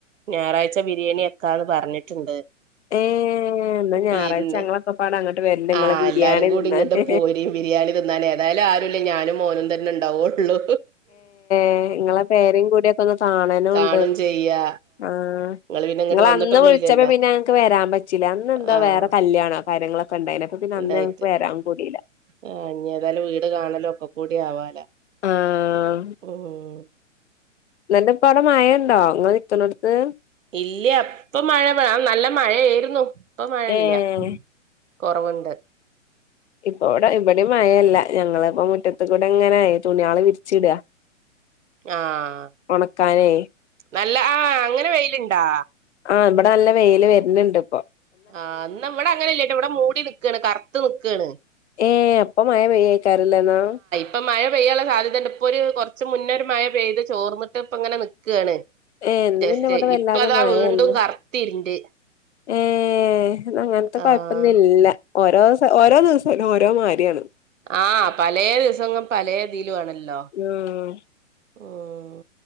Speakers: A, on the right (about 75°); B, on the left (about 60°).
A: ഞായറാഴ്ച്ച ബിരിയാണി ആക്കാന്ന് പറഞ്ഞിട്ട്ണ്ട്
B: ഏഹ് ഇന്ന് ഞായറാഴ്ച
A: പിന്നെ
B: ഞങ്ങളൊക്കെപ്പാടെ അങ്ങട്ട് വരണ്ട് ഇങ്ങളെ
A: ആഹ്
B: ബിരിയാണി
A: എല്ലാരും കൂടി
B: തിന്നാന്
A: ഇങ്ങട്ട് പോരി ബിരിയാണി തിന്നാന് ഏതായാലും ആരൂല്ലാ ഞാനും മോനും തന്നെ ഇണ്ടാവോള്ളൂ
B: ഏഹ് ഇങ്ങളെ പേരേം കൂടിയൊക്കെ ഒന്ന് കാണാനും
A: കാണും
B: ഇണ്ട്
A: ചെയ്യാ
B: ആഹ്
A: നിങ്ങള് പിന്നെ ഇങ്ങോട്ട്
B: ഇങ്ങളന്ന്
A: വന്നിട്ടൊന്നും
B: വിളിച്ചപ്പോ
A: ഇല്ലല്ലോ
B: പിന്നെ ഞങ്ങക്ക് വെരാൻ പറ്റീല്ലാ അന്ന് എന്താ
A: ആഹ്
B: വേറെ കല്യാണോ കാര്യങ്ങളെക് ക്കെണ്ടേയിന് അപ്പ പിന്നെ
A: ഉണ്ടായിട്ട്
B: അന്ന് ഞങ്ങക്ക് വെരാൻ കൂടീല്ലാ
A: ആഹ് ഇനി ഏതായാലും വീട് കാണലു ഒക്കെ കൂടി ആവാലോ
B: ആഹ്
A: ഉം
B: ഇന്നട്ട് ഇപ്പ അവിടെ മഴണ്ടോ ഇങ്ങള് നിക്ക്ണെട്ത്ത്
A: ഇല്ല്യാ ഇപ്പം മഴ വേ നല്ല മഴയായിരുന്നു ഇപ്പം മഴയില്ലാ
B: ഏഹ്
A: കൊറവ്ണ്ട്
B: ഇപ്പോ ഇവിടെ ഇവിടേം മഴയില്ലാ ഞങ്ങളിപ്പോ മുറ്റത്ത് കൂടെ ഇങ്ങനെ തുണിയേള് വിരിച്ചിടാ
A: ആഹ്
B: ഒണക്കാനേ
A: നല്ല ആഹ് അങ്ങനെ വെയില്ണ്ടാ?
B: ആഹ് ഇബടെ നല്ല വെയില് വെര്ന്ന്ണ്ട്പ്പം
A: ആഹ് ഇന്നാ ഇവിടെ അങ്ങനെ ഇല്ലട്ടാ ഇവിടെ മൂടി നിക്കാണ് കറ്ത്ത് നിക്കാണ്
B: ഏഹ് അപ്പ മയ പെയ്യായിക്കാരംല്ലേന്നാ
A: ഇപ്പം മയ പെയ്യാനുള്ള സാധ്യതയ്ണ്ട് ഇപ്പൊ ഒരു കൊറച്ച് മുന്നേ ഒരു മയ പെയ്ത് ചോർന്നിട്ട് ഇപ്പ ഇങ്ങനെ നിക്കാണ്
B: ഏഹ് ഇന്ന്
A: ജസ്റ്റ്
B: പിന്നെ ഇവിടെ വല്ലാതെ
A: ഇപ്പ അതാ
B: മഴയല്ല
A: വീണ്ടും കറ്ത്തിരിണ്ട്
B: ഏഹ് ഇന്നാ അങ്ങൻത്തെ
A: ആഹ്
B: കൊയപ്പൊന്നില്ലാ ഓരോസ് ഓരോ ദിവസോം ഓരോ മാരിയാണ്
A: ആഹ് പലേ ദിവസങ്ങും പലേ ഇതിലു ആണല്ലോ
B: ഉം
A: ഉം